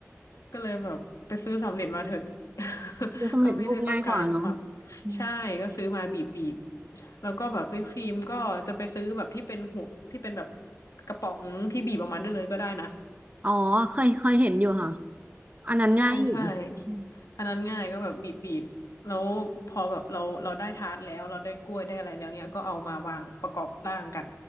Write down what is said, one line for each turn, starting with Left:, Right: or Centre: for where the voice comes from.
Left: ก็เลยแบบไปซื้อสำเร็จมาเถอะ <laughs>
Right: เดี๋ยวสำเร็จรูปง่ายกว่าเนาะ
Left: ถ้าไม่ได้ต้องการความ
Right: อม
Left: ใช่ก็ซื้อมาบีบบีบแล้วก็แบบวิปครีมก็จะไปซื้อแบบที่เป็นหัวที่เป็นแบบกระป๋องที่บีบออกมาได้เลยก็ได้นะ
Right: อ๋อเคยเคยเห็นอยู่ค่ะ อันนั้นง่ายอยู่
Left: ใช่ใช่
Right: อืม
Left: อันนั้นง่ายก็แบบบีบบีบแล้วพอแบบเราเราได้ทาร์ตแล้วเราได้กล้วยได้อะไรแล้วเนี้ยก็เอามาวางประกอบร่างกัน